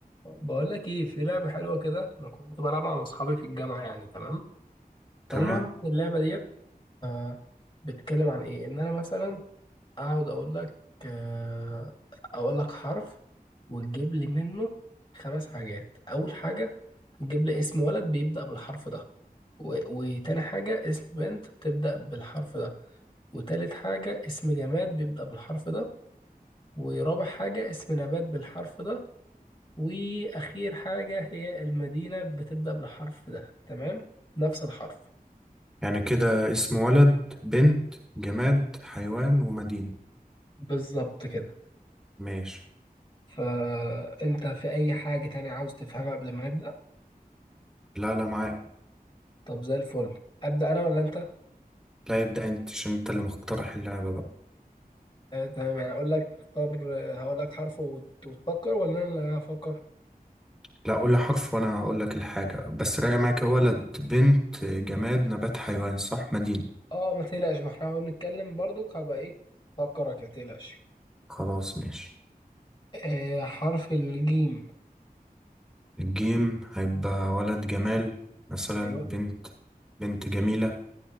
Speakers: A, on the left (about 30°); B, in the centre.
A: بقول لك ايه في لعبه حلوه كده انا كنت بلعبها مع اصحابي في الجامعه يعني تمام
B: تمام
A: فالمهم إن اللعبه ديت آه بتتكلم عن ايه ان انا مثلا اقعد اقول لك آه اقول لك حرف وتجيب لي منه خمس حاجات اول حاجه هتجيب لي اسم ولد بيبدا بالحرف ده و- وتاني حاجه اسم بنت بتبدا بالحرف ده وتالت حاجه اسم جماد بيبدا بالحرف ده ورابع حاجه اسم نبات بالحرف ده واخير حاجة هي المدينة بتبدأ بالحرف ده تمام نفس الحرف
B: يعني كده اسم ولد بنت جماد حيوان ومدينة
A: بالظبط كده
B: ماشي
A: فانت في اي حاجة تانية عاوز تفهمها قبل ما نبدأ
B: لا لا معاك
A: طب زي الفل ابدأ انا ولا انت
B: لا يبدأ انت عشان انت اللي مقترح اللعبة بقى
A: آه تمام يعني اقول لك اختار آه، هقول لك حرف وت- وتفكر ولا انا اللي هفكر
B: لا قول لي حرف وانا هقول لك الحاجة بس راجع معاك ولد بنت جماد نبات حيوان صح مدينة
A: اه ما تقلقش ما احنا بنتكلم برضك هبقى ايه افكرك ما تقلقش
B: خلاص ماشي
A: آه حرف الجيم
B: الجيم هيبقى ولد جمال مثلا
A: ايوه
B: بنت بنت جميلة